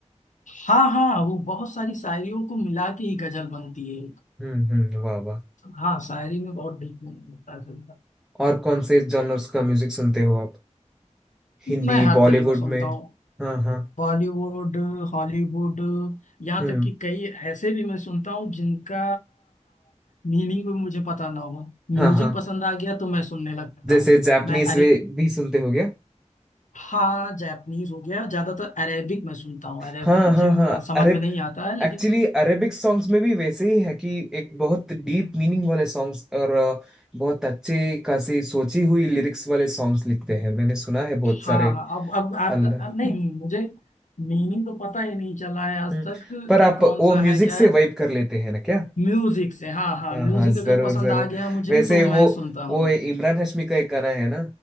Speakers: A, on the left; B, in the centre.
A: हाँ हाँ वो बहुत सारी शायरियों को मिला के ही गजल बनती है
B: हम्म हम्म वाह वाह
A: हाँ शायरी में बहुत डीप मीनिंग होता है गजल का।
B: और कौन से जॉनर्स का म्यूजिक सुनते हो आप हिंदी
A: मैं हर
B: बॉलीवुड
A: तरह का सुनता
B: में
A: हूँ
B: हाँ हाँ
A: बॉलीवुड हॉलीवुड यहाँ
B: हम्म
A: तक कि कई ऐसे भी मैं सुनता हूँ जिनका मीनिंग भी मुझे पता ना हो
B: हाँ
A: म्यूजिक
B: हाँ
A: पसंद आ गया तो मैं सुनने लगता
B: जैसे
A: हूँ
B: जापानीज
A: मैं अरे
B: वे भी सुनते हो गया
A: हाँ जापानीज हो गया ज्यादातर अरेबिक मैं सुनता हूँ अरेबिक
B: हाँ
A: मुझे
B: हाँ हाँ
A: अ, समझ
B: अरेब
A: में नहीं आता है लेकिन
B: एक्चुअली अरेबिक सॉन्ग्स में भी वैसे ही है कि एक बहुत डीप मीनिंग वाले सॉन्ग्स और अ, बहुत अच्छे खासी सोची हुई लिरिक्स वाले सॉन्ग्स लिखते हैं मैंने सुना है बहुत सारे
A: हाँ हाँ अब अब आता
B: अल्लाह
A: अब नहीं मुझे मीनिंग तो पता ही नहीं चला है आज
B: हम्म,
A: तक
B: पर
A: कि
B: आप
A: कौन
B: वो
A: सा
B: म्यूजिक
A: है क्या
B: से
A: है
B: वाइब कर लेते हैं ना क्या
A: म्यूजिक से हाँ हाँ
B: हाँ
A: म्यूजिक
B: हाँ जरूर
A: अगर पसंद
B: जरूर
A: आ गया मुझे
B: वैसे
A: तो मैं
B: वो
A: सुनता हूँ
B: वो इमरान हाशमी का एक गाना है ना